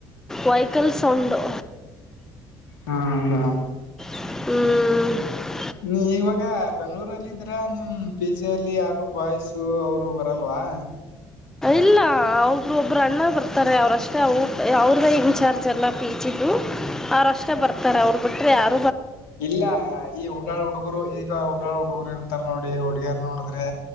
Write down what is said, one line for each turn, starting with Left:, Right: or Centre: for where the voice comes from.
Centre: ವೈಕಲ್ ಸೌಂಡು.
Left: ಹಾ ಹೌದಾ.
Centre: ಹ್ಮ್.
Left: ನೀವ್ ಇವಾಗ ಬೆಂಗ್ಳೂರಲ್ಲಿದ್ದೀರಾ ನಿಮ್ ಪಿ ಜಿ ಅಲ್ಲಿ ಯಾರು ಬಾಯ್ಸು ಅವರು ಬರಲ್ವ. ಹಾ.
Centre: ಇಲ್ಲ ಹೌದು ಒಬ್ರ್ ಅಣ್ಣ ಬರ್ತಾರೆ ಅವ್ರಷ್ಟೇ ಅವ್ರ್ದೇ ಇನ್ಚಾರ್ಜ್ ಎಲ್ಲ ಪಿ ಜಿ. ಹ್ಮ್ ಅವ್ರಷ್ಟೆ ಬರ್ತಾರೆ ಅವ್ರು ಬಿಟ್ರೆ ಯಾರ್
Left: ಇಲ್ಲ ಈ ಉಡಾಳ ಹುಡುಗರು ಈಗ ಊಡಾಳ ಹುಡುಗರು ಇರ್ತಾರ್ ನೋಡಿ ಹುಡ್ಗಿಯರ್ ನೋಡುದ್ರೆ